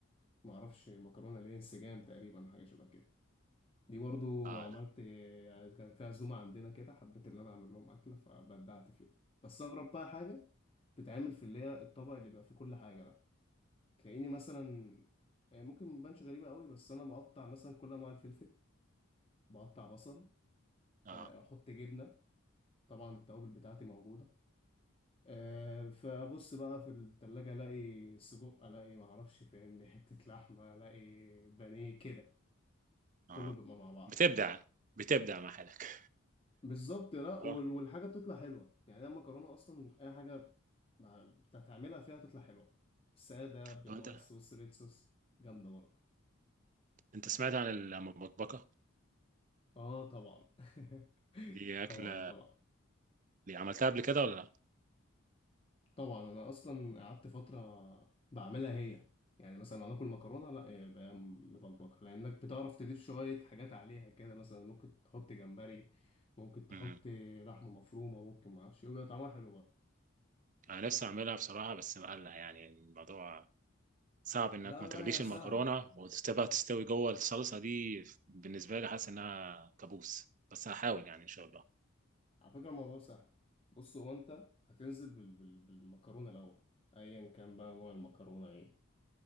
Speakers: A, on the left (about 25°); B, on the right (about 40°).
A: معرفش مكرونة اللي هي انسجام تقريبا حاجة شبه كده دي برضو
B: اه
A: عملت يعني كان فيها عزومة عندنا كده حبيت إن أنا أعمل لهم أكلة فبدعت فيها بس أغرب بقى حاجة بتتعمل في اللي هي الطبق اللي بيبقى فيه كل حاجة ده تلاقيني مثلا يعني ممكن مبانش غريبة قوي بس أنا بقطع مثلا كل أنواع الفلفل بقطع بصل
B: اه
A: آه، احط جبنه طبعا التوابل بتاعتي موجوده آه، فبص بقى في التلاجة الاقي سجق الاقي معرفش فاهمني حته لحمه الاقي بانيه كده
B: اه
A: كله بيبقى مع بعض
B: بتبدع بتبدع مع حالك
A: بالظبط لا وال-
B: اه
A: والحاجه بتطلع حلوه يعني أنا المكرونه اصلا اي حاجه مع بتعملها فيها تطلع حلوه ساده بالوايت
B: طب انت
A: صوص ريد صوص جامده برضه
B: انت سمعت عن المبكبكه
A: اه طبعا <laughs>
B: دي اكله
A: طبعا طبعا
B: اللي عملتها قبل كده ولا لا
A: طبعا انا اصلا قعدت فتره بعملها هي يعني مثلا لو ناكل مكرونه لا يبقى مبكبكه لانك بتعرف تضيف شويه حاجات عليها كده مثلا ممكن تحط جمبري ممكن تحط
B: امم
A: لحمه مفرومه ممكن ما اعرفش إيه، ويبقى طعمها حلو برضه
B: انا نفسي اعملها بصراحه بس مقلق يعني الموضوع صعب انك
A: لا
B: ما
A: لا
B: تغليش
A: يا سهله
B: المكرونه وتسيبها تستوي جوه الصلصه دي بالنسبه لي حاسس انها كابوس بس هحاول يعني ان شاء الله
A: على فكره الموضوع سهل بص هو انت هتنزل بال... بال... بالمكرونه الاول ايا كان بقى نوع المكرونه ايه